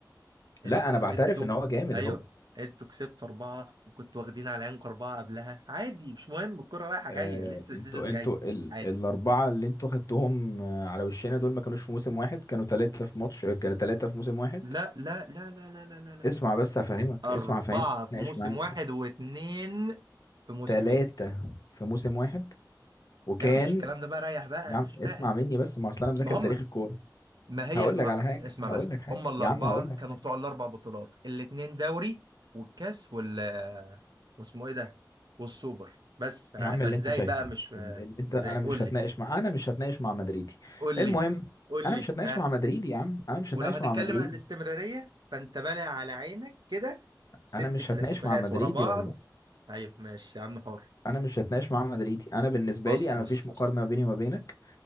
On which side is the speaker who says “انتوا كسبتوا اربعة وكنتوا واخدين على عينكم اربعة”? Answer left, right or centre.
Right